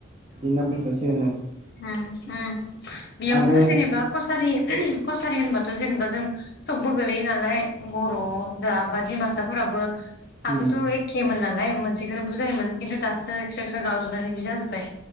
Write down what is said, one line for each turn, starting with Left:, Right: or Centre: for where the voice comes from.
Right: दिनो फैजासे होदों
Left: हम उम बेयावनो
Right: आरो
Left: जेनेबा कसारि कस- सारि होनबाथ' जेनेबा जों सबबो गोलैयो नालाय बर' जा बा डिमासाफोराबो आगोलथ'
Right: उम
Left: एख्खेमोन नालाय मोनसेखोनो बुजायोमोन किन्तु दासो एक्स्रा एक्स्रा गावजोबनानै बिदि जाजोबबाय